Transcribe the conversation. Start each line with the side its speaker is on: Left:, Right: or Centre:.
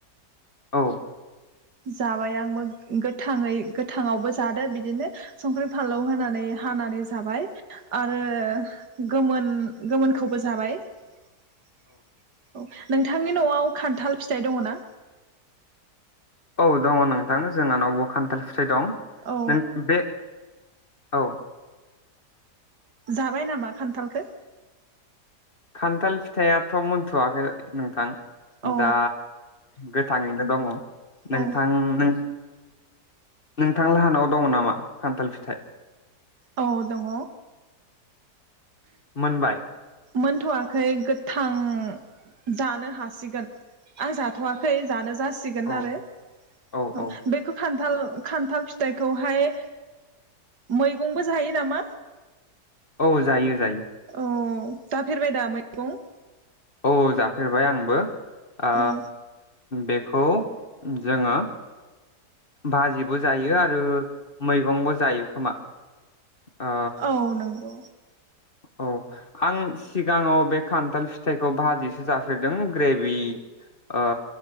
Left: औ।
Right: जाबाय आंबो गोथाङै गोथाङावबो जादो बिदिनो संख्रि फानलौ होनानै हानानै जाबाय आरो गोमोन गोमोनखौबो जाबाय। औ नोंथांनि न'आव खान्थाल फिथाइ दङो ना?
Left: औ दङ नोंथां जोंहानावबो खान्थाल फिथाइ दं
Right: औ
Left: नों बे औ।
Right: जाबाय नामा खान्थालखो?
Left: खान्थाल फिथाइआथ' मोनथ'वाखै। नोंथां।
Right: औ
Left: दा गोथाङैनो दङ
Right: औ
Left: नोंथां नों नोंथां लाहानाव दङ नामा खान्थाल फिथाइ?
Right: औ दङ।
Left: मोनबाय?
Right: मोनथ'वाखै गोथां जानो हासिगोन आं जाथ'आखै जानो जासिग सिगोन
Left: औ
Right: आरो अ
Left: औ औ
Right: बेखौ खान थाल खान्थाल फिथाइखौहाय मैगंबो जायो नामा?
Left: औ जायो। जायो
Right: अ जाफेरबाय दा मै? गं।
Left: औ जाफेरबाय आंबो। आ
Right: औ
Left: बेखौ जोङो भाजिबो जायो आरो मैगंबो जायो खोमा। ओ
Right: औ नंगौ।
Left: औ आं सिगाङाव बे खान्थाल फिथाइखौ भाजिसो जाफेरदों ग्रेभि ओ